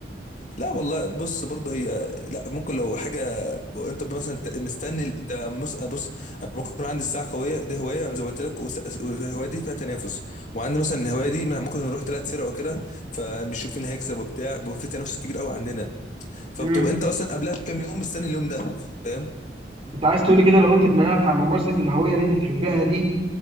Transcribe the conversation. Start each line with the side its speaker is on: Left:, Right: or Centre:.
Left: لا والله بص برضه هي لا ممكن لو حاجه انت مثلا ت- مستني انت مس- بص أنا ممكن يكون عندي الساعه قويه دي هوايه أنا زي ما قلت لك وس- والهوايه دي فيها تنافس وعندي مثلا الهوايه دي ممكن نروح ثلاث سرعه وكده فبنشوف مين هيكسب وبتاع بيبقى في تنافس كبير قوي عندنا فبتبقى
Right: مم.
Left: انت اصلا قبلها بكام يوم مستني اليوم ده فاهم
Right: انت عايز تقولي كده لو انت اتمنعت عن ممارسة الهوية اللي انت بتحبها دي